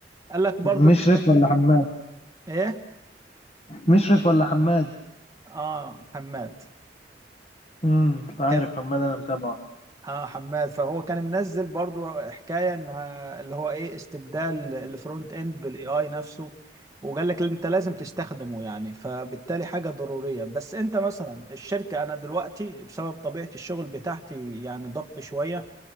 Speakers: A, on the right (about 20°); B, on the left (about 35°).
A: قال لك برضو
B: مشرف
A: انك انت
B: ولا حماد
A: ايه
B: مشرف ولا حماد
A: اه حماد
B: امم عارف
A: كان
B: حماد انا متابعه
A: اه حماد فهو كان منزل برضو حكايه انها اللي هو ايه استبدال الفرونت اند بالاي اي نفسه وقال لك انت لازم تستخدمه يعني فبالتالي حاجه ضروريه بس انت مثلا الشركه انا دلوقتي بسبب طبيعه الشغل بتاعتي يعني ضغط شويه